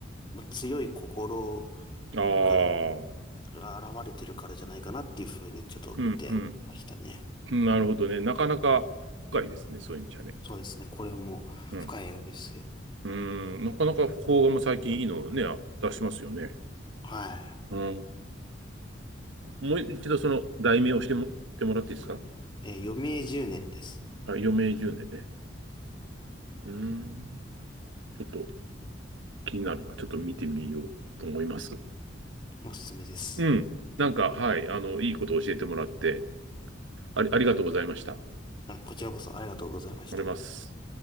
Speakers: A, on the left (about 25°); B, on the right (about 80°).
A: まあ強い心
B: ああ。
A: が、現れてるからじゃないかなっていうふうにちょっと見てましたね。
B: うん、うん。なるほどね。なかなか深いですね。そういう意味じゃね。
A: そうですね。これも深い映画ですよ。
B: うん。うーん。なかなか邦画も最近いいのをね、あ出しますよね。
A: は
B: うん。もう一度その題名をしても、ってもらっていいですか
A: い。えー余命10年です。
B: あ、余命10年ねんね。うーん。ちょっと気になるな。ちょっと見てみようと思います。
A: おすすめです。
B: うん。なんか、はい。あの、いいことを教えてもらって、ありありがとうございました。
A: あこちらこそありがとうございました。
B: おります。